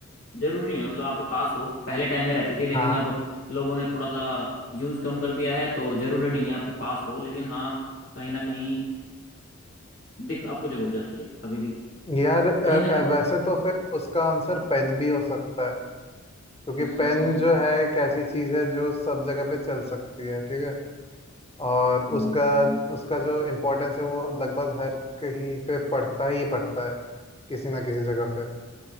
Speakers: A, on the left (about 50°); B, on the left (about 20°).
A: जरूरी नहीं है मतलब आपके पास हो पहले टाइम में रहती थी लेकिन
B: हाँ
A: अब लोगों ने थोड़ा सा यूज कम कर दिया है तो जरूरी नहीं है आपके पास हो लेकिन हाँ कहीं ना कहीं दिख आपको जरूर जाती है अभी भी
B: यार अ,
A: कहीं ना कहीं
B: अ, वैसे तो फिर उसका आंसर पेन भी हो सकता है क्योंकि
A: हम्म
B: पेन जो है एक ऐसी चीज है जो सब जगह पे चल सकती है ठीक है और
A: हम्म,
B: उसका उसका जो इम्पोर्टेंस है वो लगभग हर कहीं पे पड़ता ही पड़ता है किसी ना किसी जगह पे